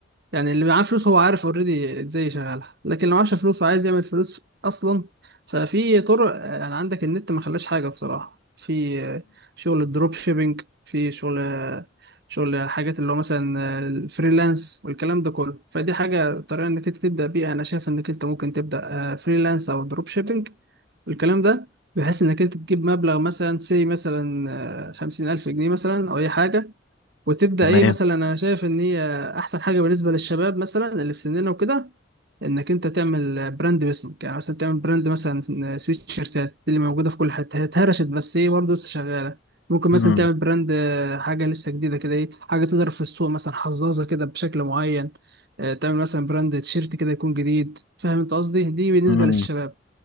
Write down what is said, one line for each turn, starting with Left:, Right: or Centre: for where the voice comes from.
Right: يعني اللي معاه فلوس هو عارف اوريدي ازاي يشغلها لكن لو معاش فلوس وعايز يعمل فلوس اصلا ففي طرق آه، يعني عندك النت ما خلاش حاجه بصراحه في آه، شغل الدروب شيبينج في شغل آه، شغل حاجات اللي هو مثلا آه، الفريلانس والكلام ده كله فدي حاجه طريقه انك انت تبدا بيها انا شايف انك انت ممكن تبدا آه، فريلانس او دروب شيبينج والكلام ده بحيث انك انت تجيب مبلغ مثلا سي مثلا آه، خمسين الف جنيه مثلا او اي حاجه وتبدا
Left: تمام
Right: ايه مثلا انا شايف ان هي احسن حاجه بالنسبه للشباب مثلا اللي في سننا وكده انك انت تعمل براند باسمك يعني مثلا تعمل براند مثلا سويت شيرتات اللي موجوده في كل حته هي اتهرشت بس ايه برضه لسه شغاله ممكن
Left: مم.
Right: مثلا تعمل براند آه، حاجه لسه جديده كده ايه حاجه تضرب في السوق مثلا حظاظه كده بشكل معين آه، تعمل مثلا براند تيشيرت كده يكون جديد فاهم انت قصدي دي بالنسبه
Left: مم.
Right: للشباب